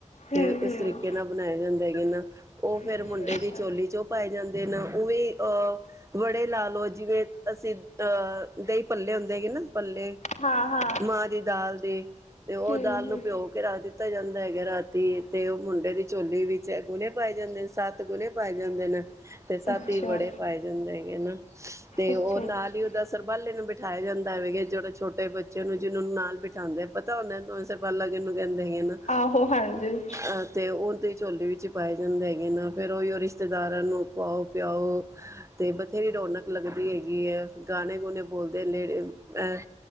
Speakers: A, on the left (about 65°); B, on the right (about 25°).
A: ਹਮ
B: ਤੇ ਇਸ
A: ਹਮ
B: ਤਰੀਕੇ ਨਾਲ ਬਣਾਏ ਜਾਂਦੇ ਹੈਗੇ ਨਾ ਉਹ ਫੇਰ
A: ਅੱਛਾ
B: ਮੁੰਡੇ
A: ਅੱਛਾ
B: ਦੀ ਝੋਲੀ ਚ ਉਹ ਪਾਏ ਜਾਂਦੇ ਨਾ ਉਹਵੇ ਅਹ ਵੜੇ ਲਾ ਲਓ ਜਿਵੇਂ ਅਸੀਂ ਅਹ ਦਹੀਂ ਭੱਲੇ ਹੁੰਦੇ ਹੈਗੇ ਨਾ ਪੱਲੇ,
A: ਹਾਂ ਹਾਂ
B: ਮਾਂ ਦੀ ਦਾਲ ਦੀ ਤੇ ਉਹ
A: ਹਮ
B: ਦਾਲ
A: ਹਮ
B: ਨੂੰ ਭਿਓ ਕੇ ਰੱਖ ਦਿੱਤਾ ਜਾਂਦਾ ਹੈਗਾ ਰਾਤੀ। ਤੇ ਉਹ ਮੁੰਡੇ ਦੀ ਚੋਲੀ ਵਿੱਚ ਗੁਣੇ ਪਾਏ ਜਾਂਦੇ ਨੇ, ਸੱਤ ਗੁਣੇ ਪਾਏ ਜਾਂਦੇ ਨੇ। ਤੇ ਸਤ
A: ਅੱਛਾ
B: ਹੀ ਵੜੇ ਪਾਏ ਜਾਂਦੇ ਹੈਗੇ ਨਾ, ਤੇ
A: ਅੱਛਾ
B: ਉਹ ਨਾਲ
A: ਅੱਛਾ
B: ਹੀ ਉਹਦਾ ਸਰਬਾਲੇ ਨੂੰ ਬੀ ਠਾਆ ਜਾਂਦਾ ਵੇ <unintelligible> ਜਿਹੜੇ ਛੋਟੇ ਬੱਚੇ ਨੂੰ ਜਿਹਨਾਂ ਨੂੰ ਨਾਲ ਬਿਠਾਉਦੇ ਪਤਾ ਹੁੰਦਾ <unintelligible> ਸਰਬਾਲਾ ਕਿਨੂੰ ਦੇਂਦੇ ਹੀ ਹੈ ਨਾ,
A: ਆਹੋ ਹਾਂਜੀ
B: ਅਹ ਤੇ ਉਹ ਤੇ ਝੋਲੀ ਵਿੱਚ ਪਾਏ ਜਾਂਦੇ ਹੈਗੇ ਨਾ, ਫਿਰ ਉਹੀਓ ਰਿਸ਼ਤੇਦਾਰਾਂ ਨੂੰ ਖਵਾਉ ਪਿਆਓ ਤੇ ਬਥੇਰੀ ਰੌਣਕ ਲੱਗਦੀ ਹੈਗੀ ਏ। ਗਾਣੇ ਗੂਣੇ ਬੋਲਦੇ ਲੇ ਏਹ